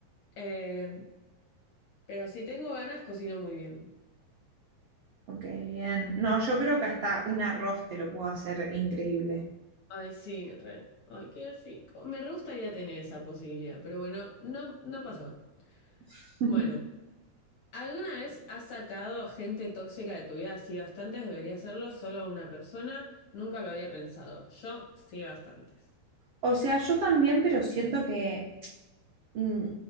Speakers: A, on the left; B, on the right.
A: Eh, pero si tengo ganas, cocino muy bien.
B: Ok, bien. No, yo creo que hasta un arroz te lo puedo hacer increíble.
A: Ay, sí, re. Ay, qué rico. Me re gustaría tener esa posibilidad, pero bueno, no, no pasó.
B: <laughs>
A: Bueno. ¿Alguna vez has sacado gente tóxica de tu vida? Sí, bastantes, debería hacerlo solo una persona. Nunca lo había pensado. Yo sí, bastantes.
B: O sea, yo también, pero siento que mm,